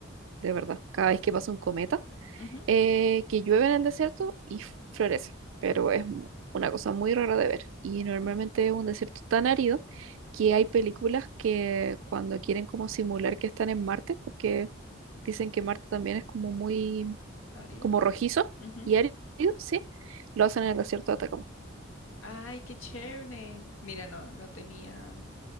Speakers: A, on the right; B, on the left.
A: de verdad, cada vez que pasa un cometa,
B: Ujú,
A: eh, que llueve en el desierto y f- florece, pero es mu- una cosa muy rara de ver. Y normalmente es un desierto tan árido que hay películas que cuando quieren como simular que están en Marte, porque dicen que Marte también es como muy,
B: árido.
A: como rojizo
B: ujú.
A: y árido, sí, lo hacen en el desierto de Atacama.
B: Ay, qué chévere. Mira, no, no tenía,